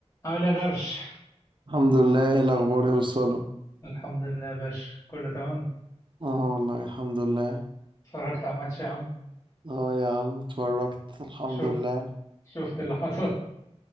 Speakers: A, on the left; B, on the right.
A: عامل ايه يا درش
B: الحمد لله ايه الاخبار يا وصاله
A: الحمد لله يا باشا كله تمام
B: اه والله الحمد لله
A: اتفرجت على الماتش يا عم
B: اه يا عم اتفرجت الحمد
A: شوف
B: لله
A: شفت اللي حصل <laughs>